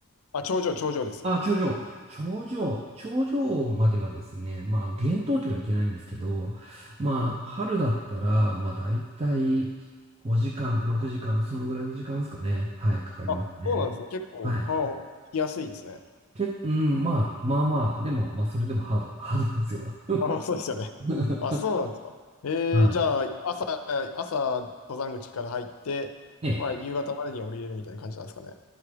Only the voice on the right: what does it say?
あ、頂上。頂上。頂上まではですね、まあ、厳冬期はいけないんですけど、まあ、
春だったら、まあ、だいたい5時間、6時間、そのぐらいの時間ですかね。はい、かかりますね。
はい。
け、うん、まあ、まあまあ、でも、まあ、それでもハード、<laughs> ハードですよ。<laughs>
はい。
ええ。